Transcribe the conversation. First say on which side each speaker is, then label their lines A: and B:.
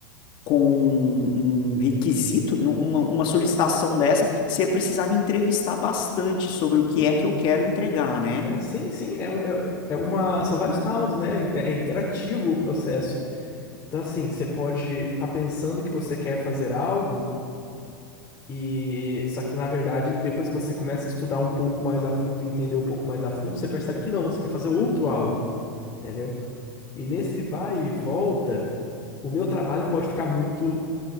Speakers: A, on the left; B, on the left.
A: com um requisito, num- uma, uma solicitação dessa, você ia precisar me entrevistar bastante sobre o que
B: Sim,
A: é que eu quero entregar, né?
B: é, sim, sim, é, um- é, é uma, são vários rounds, né? É é interativo o processo. Então, assim, você pode estar pensando que você quer fazer algo e só que na verdade, depois que você começa a estudar um pouco mais a fundo, e entender um pouco mais a fundo, você percebe que não, você quer fazer outro algo, entendeu? E nesse vai e volta o meu trabalho pode ficar muito